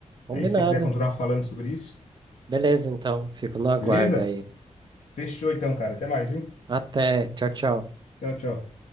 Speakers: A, on the right; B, on the left.
A: Combinado.
B: Aí se você quiser continuar falando sobre isso,
A: Beleza, então. Fico no aguardo
B: beleza?
A: aí.
B: Fechou então, cara. Até mais, viu?
A: Até. Tchau, tchau.
B: Tchau, tchau.